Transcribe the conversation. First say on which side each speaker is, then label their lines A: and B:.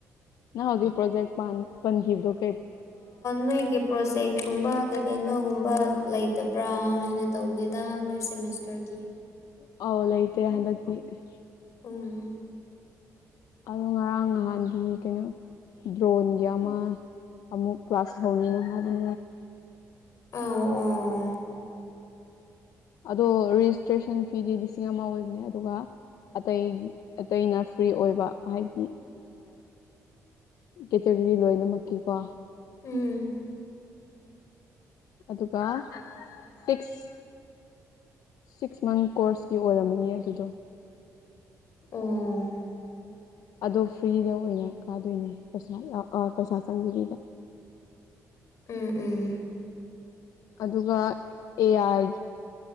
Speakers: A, on the left; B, on the left.
A: ꯅ ꯍꯧꯖꯤ꯭ꯔꯣꯖꯦꯛ ꯄꯥꯟ ꯄꯟꯖꯈꯤꯕꯕꯗꯣ
B: ꯅꯣꯏꯒꯤ ꯄ꯭ꯔꯣꯖꯦꯛꯀꯨꯝꯕ ꯀꯩ ꯀꯩꯅꯣꯒꯨꯝꯕ ꯂꯩꯇꯕ꯭ꯔꯥ ꯍꯥꯏꯅ ꯇꯧꯅꯤꯗ ꯅꯣꯏꯠ ꯁꯦꯃꯤꯁꯇꯔꯒꯤ
A: ꯑꯧ ꯂꯩꯇꯦ <unintelligible>
B: ꯎꯝ
A: ꯑꯗꯣ ꯉꯔꯥꯡ ꯅꯍꯥꯟꯗꯤ ꯀꯩꯅꯣ ꯗ꯭ꯔꯣꯟꯒꯤ ꯑꯃ ꯑꯃꯨꯛ ꯀ꯭ꯂꯥꯁ ꯍꯅꯤꯅꯍꯔꯦ
B: ꯑꯥꯎ ꯑꯣ
A: ꯑꯗꯣ ꯔꯦꯖꯤꯁꯇ꯭ꯔꯦꯁꯟ ꯐꯤꯗꯤ ꯂꯤꯁꯤꯡ ꯑꯃ ꯑꯣꯏꯕꯅꯦ ꯑꯗꯨꯒ ꯑꯇꯩ ꯑꯇꯩꯅ ꯐ꯭ꯔꯤ ꯑꯣꯏꯕ ꯍꯥꯏꯗꯤ ꯀꯦꯇꯒꯣꯔꯤ ꯂꯣꯏꯅꯃꯛꯀꯤꯀꯣ
B: ꯎꯝ
A: ꯑꯗꯨꯒ ꯐꯤꯛꯁ ꯁꯤꯛꯁ ꯃꯟ ꯀꯣꯔꯁꯀꯤ ꯑꯣꯏꯔꯝꯃꯅꯤ ꯑꯗꯨꯗꯣ
B: ꯎꯝ
A: ꯑꯗꯣ ꯐ꯭ꯔꯤꯗ ꯑꯣꯏꯅ ꯀꯥꯗꯣꯏꯅꯦ ꯄꯩꯁꯥꯥ ꯄꯩꯁꯥ ꯆꯪꯗꯕꯤꯗ
B: <inaudible> <inaudible>
A: ꯑꯗꯨꯒ A I